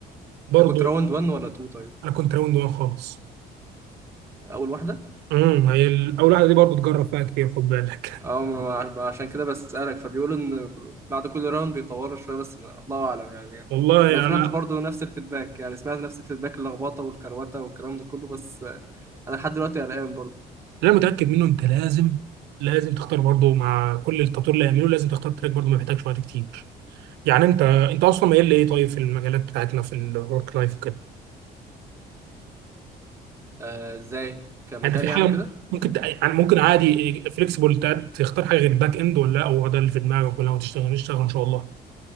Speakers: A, on the right; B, on the right.
A: برضو
B: انت كنت راوند 1 ولا 2 طيب
A: انا كنت راوند وان خالص
B: اول واحدة
A: امم هي ال- اول واحده دي برضو تجرب فيها كتير خد بالك
B: اه ما أنا عشان كده بسألك فبيقولوا ان بعد كل راوند بيطوروا شويه بس ما- الله اعلم يعني
A: <laughs> والله
B: انا سمعت
A: انا
B: برضو نفس الفيدباك يعني سمعت نفس الفيدباك اللخبطه والكروته والكلام ده كله بس انا لحد دلوقتي قلقان برضو
A: اللي انا متاكد منه انت لازم لازم تختار برضو مع كل التطوير اللي هيعمله لازم تختار تراك برضو ما بيحتاجش وقت كتير يعني انت انت اصلا مايل لايه طيب في المجالات بتاعتنا في الورك لايف كده
B: آه، ازاي كمجال
A: يعني انت في حاجه
B: يعني كده
A: ممكن تق- يعني ممكن عادي فليكسبل تختار حاجه غير باك اند ولا لا هو ده اللي في دماغك ولا هو تشتغل اشتغل ان شاء الله